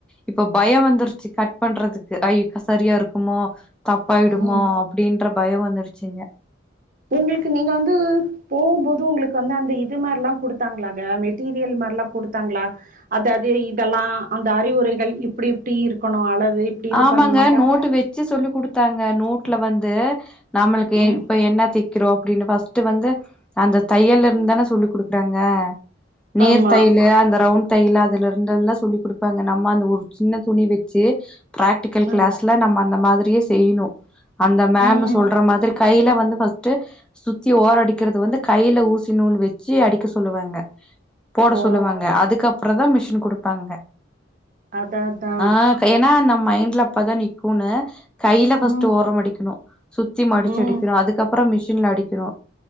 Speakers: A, in the centre; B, on the right.
A: இப்ப பயம் வந்துருச்சு கட் பண்றதுக்கு அ இப்ப சரியா இருக்குமோ தப்பாயிடுமா
B: ம்
A: அப்டின்னு ன்ற பயம் வந்துடுச்சுங்க
B: உங்ளுக்கு நீங்க வந்து போகும்போது உங்ளுக்கு வந்து அந்த இது மாரல்லாம் குடுத்தாங்களாாக மெட்டீரியல் மாரல்லாம் குடுத்தாங்களா அது அது இதெல்லாம் அந்த அறிவுரைகள் இப்டி இப்டி இருக்குணு அளவு இப்டி இது
A: ஆமாங்க
B: பண்ணணுட்டா
A: நோட்டு வச்சு சொல்லிகுடுத்து த்தாங்க நோட்டுல வந்து நம்மளுக்கு
B: ம்
A: இப்ப என்ன திக்கிறோம் அப்டின்னு ஃபஸ்ட் வந்து அந்த தையல்ல இருந்து தான சொல்லி கொடுக்குறாங்க நீர்
B: ஆமா
A: தையலு அந்த ரவுண்ட் தையல அதுல இருந்து எல்லாம் சொல்லி கொடுப்பாங்க நம்ம அந்த ஒரு சின்ன துணி வச்சு பிராக்டிக்கல் கிளாஸ்ல
B: ம்
A: நம்ம அந்த மாதிரி ரியே செய்ணும் அந்த மேம்
B: ம்
A: சொல்ற மாதிரி கையில வந்து ஃபர்ஸ்ட் சுத்தி ஓர அடிக்கறது வந்து கையில ஊசி நூல் வச்சு அடிக்க சொல்லுவாங்க போட
B: ஓ
A: சொல்லுவாங்க அதுக்கப் அப்பறம்தா மிஷின் குடுப்பாங்க
B: அதா அதா
A: ஆ ஏன்னா நம்ம ட்ல அப்பதா நிக்குனு கையில ஃபஸ்ட்
B: ம்
A: ஓரம் அடிக்கணும் சுத்தி மடிச்சடிக்கணும்
B: ம்
A: அதுக்கப்பறம் மிஷ ஷின்ல அடிக்கினும்